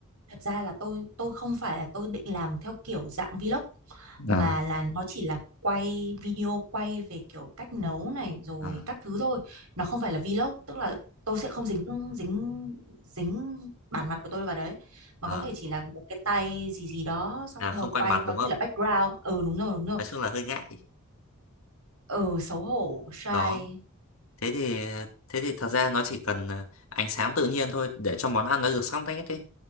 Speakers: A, on the right; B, on the left.
A: Thật ra là tôi tôi không phải là tôi định làm theo kiểu dạng vlog mà
B: à,
A: là nó chỉ là quay video quay về kiểu cách nấu này rồi
B: à,
A: các thứ thôi. Nó không phải là vlog, tức là tôi sẽ không dính dính dính bản mặt của tôi vào đấy mà
B: à,
A: có thể chỉ là một cái tay gì gì đó xong
B: à,
A: rồi
B: không quay
A: quay
B: mặt
A: có
B: đúng
A: thể
B: không
A: là background. Ừ đúng rồi đúng rồi.
B: nói chung là hơi ngại
A: Ừ xấu hổ, shy.
B: đó thế thì thế thì thật ra nó chỉ cần à, ánh sáng tự nhiên thôi để cho món ăn nó được sắc nét đi